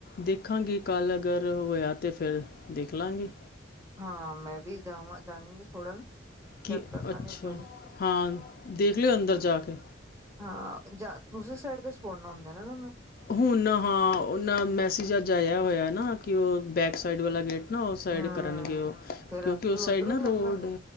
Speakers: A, on the left (about 50°); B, on the right (about 15°).
A: ਦੇਖਾਂਗੀ ਕੱਲ੍ਹ ਅਗਰ ਹੋਏਆ ਤਾਂ ਫਿਰ ਦੇਖ ਲਾਂਗੇ।
B: ਹਾਂ ਮੈਂ ਵੀ ਜਾਵਾਂ ਜਾਂਓਗੀ ਛੋੜਨ
A: ਕਿ
B: ਚੈੱਕ ਕਰ
A: ਅੱਛਾ,
B: ਲਾਂਗੇ ਇੱਕ ਵਾਰੀ
A: ਹਾਂ ਦੇਖ ਲੇ ਅੰਦਰ
B: ਹਾਂ
A: ਜਾ ਕੇ
B: ਹਾਂ ਜਾਂ ਦੂਸਰੇ ਸਾਈਡ ਤੇ ਸ਼ੋੜਨਾ ਹੁੰਦਾ ਨਾ ਏਨਾ ਨੂੰ?
A: ਹੁਣ ਹਾਂ ਉਹਨਾਂ ਮੈਸੇਜ ਅੱਜ ਆਏਆ ਹੋਏਆ ਨਾ ਕਿ ਓ ਬੈਕ ਸਾਈਡ ਵਾਲਾ ਗੇਟ ਨਾ ਉਸ ਸਾਈਡ
B: ਹੂੰ।
A: ਕਰਨਗੇ,
B: ਫੇਰ
A: ਕਿਉਂਕਿ
B: ਆਪਾਂ
A: ਉਸ ਸਾਈਡ
B: ਉੱਧਰੋਂ
A: ਨਾ
B: ਦੀ ਲੰਘਾਂਗੇ
A: ਰੋਡ-